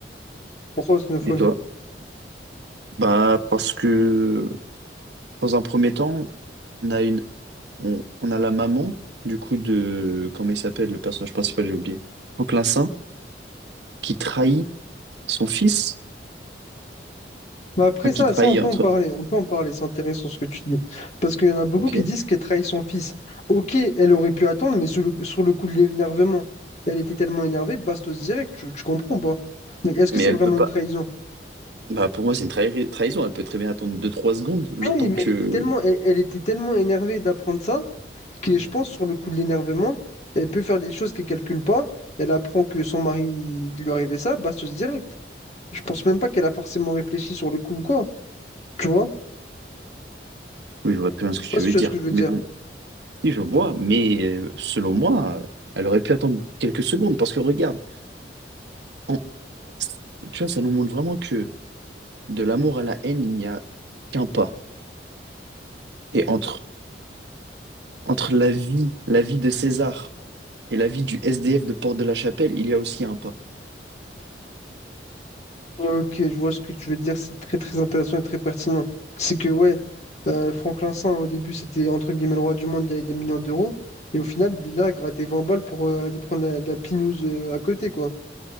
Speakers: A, on the left; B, on the right.
A: Pourquoi Snowfall?
B: Et toi? Bah, parce que dans un premier temps, on a une, on, on a la maman, du coup, de, comment il s'appelle, le personnage principal, j'ai oublié. Franklin Saint, qui trahit son fils,
A: Bah après
B: enfin, qui
A: ça,
B: trahit
A: ça on peut
B: entre,
A: en parler, on peut en parler, c'est intéressant ce que tu dis. Parce qu'il y en a beaucoup
B: ok,
A: qui disent qu'elle trahit son fils. Ok, elle aurait pu attendre, mais sur le, coup- sur le coup de l'énervement, elle était tellement énervée, bastos direct, tu, tu comprends pas? Donc est-ce que
B: mais
A: c'est
B: elle
A: vraiment
B: peut pas.
A: une trahison?
B: Bah, pour moi, c'est une trahi- trahison. Elle peut très bien attendre deux trois secondes, le
A: Oui,
B: temps
A: mais
B: que...
A: elle était tellement, elle, elle était tellement énervée d'apprendre ça que je pense sur le coup de l'énervement, elle peut faire des choses qu'elle calcule pas, elle apprend que son mari il lui arrivait ça, bastos direct. Je pense même pas qu'elle a forcément réfléchi sur le coup ou quoi, tu vois?
B: Oui, je vois très bien ce que
A: Je sais
B: tu
A: pas si
B: veux
A: tu
B: dire.
A: vois ce que je veux dire.
B: Mais bon, si je vois, mais euh, selon moi, elle aurait pu attendre quelques secondes. Parce que regarde, en- tu vois, ça nous montre vraiment que de l'amour à la haine, il n'y a qu'un pas. Et entre, entre la vie, la vie de César... Et la vie du SDF de Porte de la Chapelle, il y a aussi un pas.
A: Ok, je vois ce que tu veux dire, c'est très très intéressant et très pertinent. C'est que ouais, euh, Franklin Saint, au début, c'était entre guillemets le roi du monde, il avait des millions d'euros, et au final, il est là à gratter 20 balles pour euh, aller prendre la, la pinouse euh, à côté, quoi.